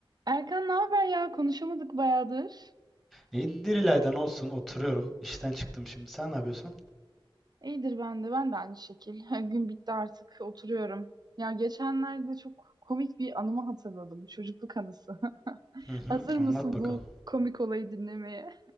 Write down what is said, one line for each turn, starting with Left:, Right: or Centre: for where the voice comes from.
Right: Erkan ne haber ya? Konuşamadık bayağıdır.
Centre: İyidir İlay'dan olsun oturuyorum. İşten çıktım şimdi. Sen ne yapıyorsun?
Right: İyidir ben de. Ben de aynı şekil. <laughs> Gün bitti artık. Oturuyorum. Ya geçenlerde çok komik bir anımı hatırladım. Bir Çocukluk anısı. <laughs>
Centre: Hı hı,
Right: Hazır mısın
Centre: anlat bakalım.
Right: bu komik olayı dinlemeye?